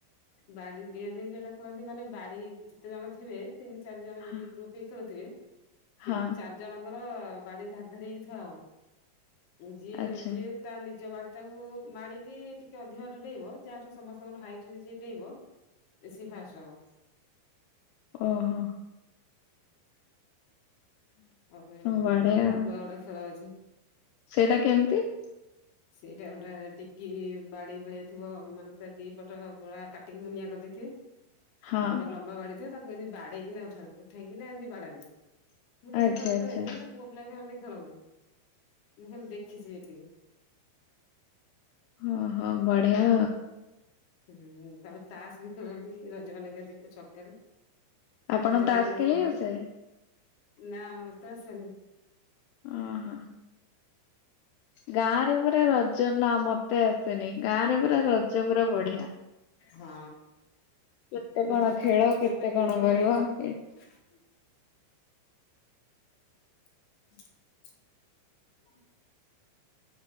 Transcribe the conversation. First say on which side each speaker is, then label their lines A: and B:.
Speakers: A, on the left; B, on the left.
A: ବାଡି ଡିଆଁ ଡିଇଁ ଯୋଉଟା ଖେଳନ୍ତି ମାନେ ବାଡି ଯେତେ ଜଣ ଥିବେ ତିନି ଚାରି ଜଣ
B: ହଁ
A: ଯଦି ଗ୍ରୁପ ହେଇ ଖେଳୁଥିବେ ତିନି
B: ହଁ,
A: ଚାରି ଜଣଙ୍କ କଁ ବାଡି ଧାଡି ଧାଡି ହେଇକି ଥୁଆହବ। ଯିଏ
B: ଆଚ୍ଛା
A: ଯିଏ ତା ନି ଜ ବାଡ଼ି ଟାକୁ ମାଡ଼ିକି ଟିକେ ଅଧିକ ବାଟ ଡେଇଁବ ଯାହାଠୁ ସମସ୍ତଙ୍କର ହାଇଟ୍ ଟି ଯିଏ ଡେଇଁବ ସିଏ ଫାଷ୍ଟ ହବ।
B: ଓହୋ।
A: ଆହୁରି
B: ବଢିଆ
A: ଡାବୁଲ ପୁଆ ଗୋଟା ଖେଳ ଅଛି।
B: ସେଇଟା କେମିତି?
A: ସେଇଟା ଗୋଟେ ଟିକି ବାଡି ଭଳିଆ ଥିବ ମାନେ ତା ଦି ପଟ ପୁରା କାଟିକି ମୁନିଆ କରି ଦେଇଥିବେ।
B: ହଁ
A: ଆଉ ଗୋଟା ଲମ୍ବା ବାଡିଥିବ ତାକୁ ଏମିତି ବାଡେଇକିନା ଉଠା ଉଠେଇକିନା ଏମିତି ବାଡାନ୍ତି। ମୁଁ ତ
B: ଆଚ୍ଛା
A: ସେ ଖେଳ
B: ଆଚ୍ଛା
A: ଖେଳିନି ସେଟା ପୁଅ ପିଲା ସେମାନେ ଖେଳନ୍ତି। ମୁଁ ଖାଲି ଦେଖିଛି ଯେତିକି।
B: ଓ ହୋ ବଢିଆ।
A: ହୁଁ ତାପରେ ତାଷ ବି ଖେଳନ୍ତି ରଜମାନଙ୍କେରେ ଦେଖିବ ଛକେରେ।
B: ଆପଣ
A: ବଡ
B: ତାସ
A: ବଡ ଲୋକମାନେ
B: ଖେଳି ଆସେ?
A: ନା ମତେ ଆସନି
B: ଓହୋ ଗାଁ ରେ ପୁରା ରଜ ନା ମତେ ଆସନି ଗାଁରେ ପୁରା ରଜ ପୁରା ବଢିଆ
A: ହଁ
B: କେତେ କଣ
A: ମତେ
B: ଖେଳ କେତେ
A: ମତେ ଲୁଡୁ
B: କଣ କରିବ
A: ଖେଳି ଆସେ। ହ
B: ଏ-
A: <inaudible> <inaudible> <inaudible>